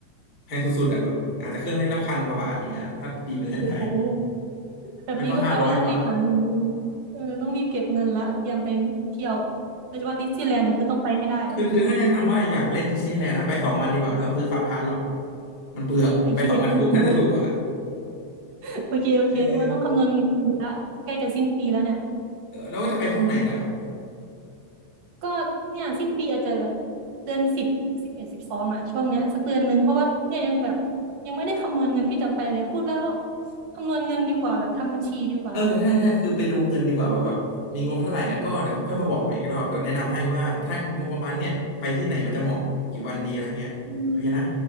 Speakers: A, on the left (about 20°); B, on the right (about 60°).
A: แพงสุดๆอ่ะแบบอาจจะเครื่องเล่นละพันกว่าบาทอย่างเงี้ยถ้าตีเป็นเงินไทย
B: โอ้โหแบบนี้ก็แปลว่าต้องรีบหาเงินแล้วดิเออต้องรีบเก็บเงินละเตรียมไปเที่ยว
A: ไม่ก็ห้าร้อยกว่า
B: โดยเฉพาะดิสนีย์แลนด์เนี่ยคือต้องไปให้ได้อืม
A: คือคือถ้าแนะนำว่าอยากเล่นดิสนีย์แลนด์นะไปสองวันดีกว่าไม่ต้องซื้อฟาสต์พาสหรอก มันเปลืองไปสองวันถูกน่าจะถูกกว่า
B: โอเคไปถึงวัน <laughs> โอเคโอเคโอ้ต้องคำนวณเงินปีละใกล้จะสิ้นปีแล้วเนี่ย
A: เออเออแล้วว่าจะไปช่วงไหนนะ
B: ก็เนี่ยสิ้นปีอาจจะแบบเดือนสิบสิบเอ็ดสิบสองอะช่วงเนี้ยสักเดือนหนึ่งเพราะว่าเนี่ยยังแบบยังไม่ได้คำนวณเงินที่จะไปเลยพูดแล้วก็คำนวณเงินดีกว่าแบบทำบัญชีดีกว่า
A: เออใช่ใช่คือไปดูเงินดีกว่าว่าแบบมีงบเท่าไหร่กันก็เดี๋ยวค่อยมาบอกใหม่อีกรอบเดี๋ยวแนะนำให้ว่าถ้างบประมาณเนี้ยไปที่ไหนมันจะเหมาะกี่วันดีอะไรเงี้ยโอเคนะ
B: อืม